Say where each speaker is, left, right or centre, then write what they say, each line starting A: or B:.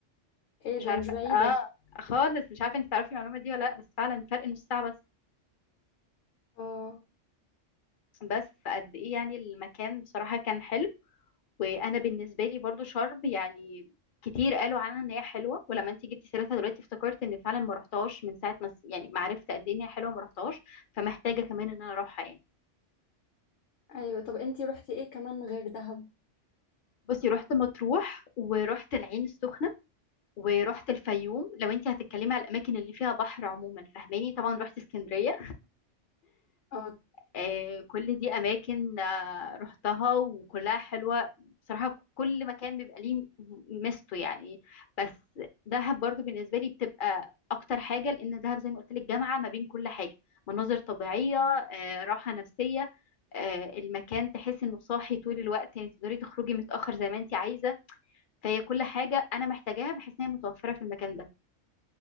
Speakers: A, on the left; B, on the left.
A: ايه
B: مش
A: ده
B: عارفه
A: مش بعيدة
B: اه
A: يعني.
B: خالص مش عارفه انت تعرفي المعلومه دي ولا لا بس فعلا فرق نص ساعه بس
A: اه
B: بس فقد ايه يعني المكان بصراحه كان حلو وانا بالنسبه لي برضو شرم يعني كتير قالوا عنها ان هي حلوه ولما انت جبتي سيرتها دلوقتي افتكرت ان فعلا ما رحتهاش من ساعه ما س- يعني ما عرفت قد ايه ان هي حلوه ما رحتهاش فمحتاجه كمان ان انا اروحها يعني
A: ايوه طب انت رحتي ايه كمان غير دهب
B: بصي رحت مطروح ورحت العين السخنه ورحت الفيوم لو انت هتتكلمي على الاماكن اللي فيها بحر عموما فاهماني طبعا رحت اسكندريه
A: اه
B: آه كل دي اماكن رحتها وكلها حلوة بصراحة كل مكان بيبقى ليه ميزته يعني بس دهب برضو بالنسبة لي بتبقى أكتر حاجة لأن دهب زي ما قلت لك جامعة ما بين كل حاجة مناظر طبيعية آه، راحة نفسية آه، المكان تحس إنه صاحي طول الوقت يعني تقدري تخرجي متأخر زي ما أنت عايزة فهي كل حاجة أنا محتاجاها بحس إن هي متوفرة في المكان ده